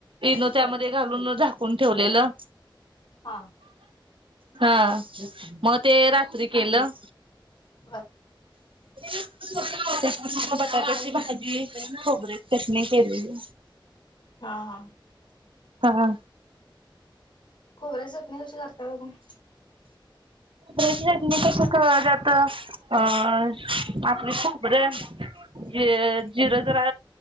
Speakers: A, on the right; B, on the left.
A: ईनो त्यामध्ये घालून झाकून ठेवलेलं
B: हा
A: हा मग ते रात्री केलं
B: बर
A: <inaudible> त्या बटाट्याची भाजी खोबरे चटणी केलेली
B: हा हा
A: हा
B: खोबरच तुम्ही कशे करता तुम्ही
A: खोबऱ्याची चटणी कसं करतात तुम्ही आपली खोबरं ज जिरं जरा